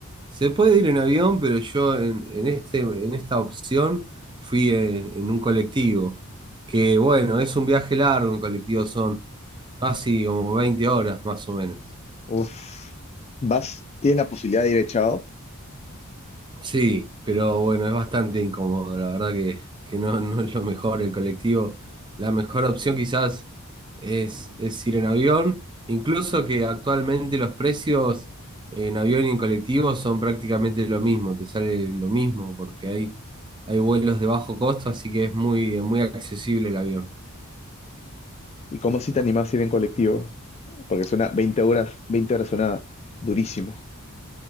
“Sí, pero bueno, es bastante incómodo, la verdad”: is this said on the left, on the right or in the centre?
Right